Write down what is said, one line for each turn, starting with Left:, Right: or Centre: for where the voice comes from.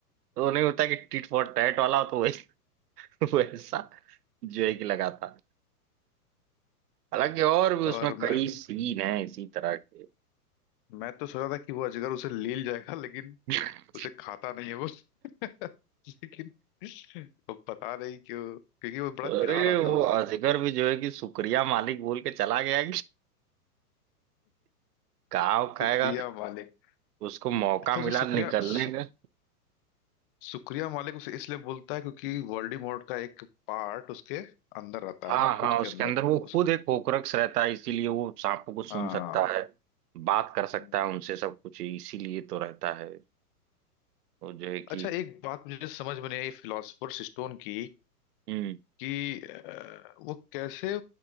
Right: तो नहीं होता कि टिट फॉर टैट वाला तो वैसा <laughs> वैसा जो है कि लगा था हालांकि और भी
Left: और
Right: उसमें
Left: मैं
Right: कई सीन हैं इसी तरह के
Left: मैं तो सोचा था कि वो अजगर उसे ले जाएगा लेकिन
Right: <laughs>
Left: उसे खाता नहीं है वो <laughs> लेकिन वो पता नहीं क्यों क्योंकि वो बड़ा
Right: अरे
Left: चिढ़ा रहा था
Right: वो
Left: उसे
Right: अजगर भी जो है कि शुक्रिया मालिक बोल के चला गया गाँव खाएगा
Left: सुक्रिया मालिक
Right: उसको मौका
Left: अच्छा
Right: मिला
Left: उसे सुक्रिया
Right: निकलने
Left: सु,
Right: का
Left: सुक्रिया मालिक उसे इसलिए बोलता है क्योंकि वोल्डेमॉर्ट का एक पार्ट उसके अंदर रहता
Right: हाँ
Left: है ना
Right: हाँ
Left: खुद
Right: उसके
Left: के अंदर
Right: अंदर वो
Left: उसके
Right: खुद एक होकरक्ष रहता है इसीलिए वो सांपों को सुन
Left: हाँ
Right: सकता
Left: हाँ
Right: है बात कर सकता
Left: हम्म।
Right: है उनसे सब कुछ इसीलिए तो रहता है वो जो है कि
Left: अच्छा एक बात मुझे समझ में नहीं आई फिलोसफर्स स्टोन की
Right: हम्म
Left: कि अ, वो कैसे